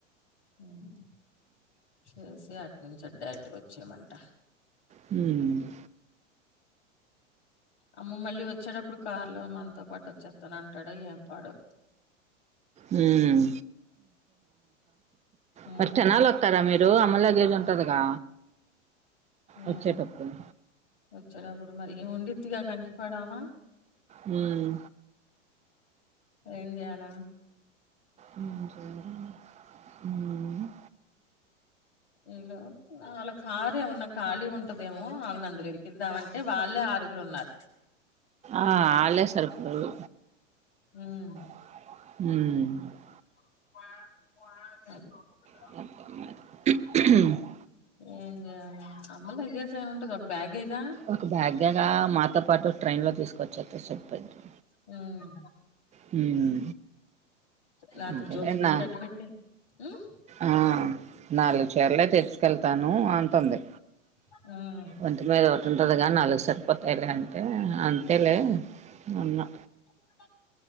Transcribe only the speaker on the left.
మ్ హు చేసి అటు నుంచి అటే డైరెట్గా వచ్చేమంట
అమ్మ మళ్ళీ వచ్చేటప్పుడు కార్లో మనతో పాటు వచ్చేతాన అంటాడో ఏం పాడో
ఉమ్
హ్మ్
వచ్చేటప్పుడు మరి ఈమె ఉండిద్దిగా కంకిపడామా
ఏం చేయాల
ఎలో అళ్ళ కారు ఏమన్నా ఖాళీ ఉంటదేమో ఆమెని అందులో ఇరిక్కిద్దామంటే వాళ్ళే ఆరుగురు ఉన్నారు
హ్మ్
<inaudible>
ఏం చేయాల అమ్మ లాగేజ్ ఏమి ఉంటది ఒక బ్యాగేగా
హ్మ్
లేతే
జ్యోతి దగ్గర
అట్టిపెట్టె హ్మ్
హ్మ్
ఆ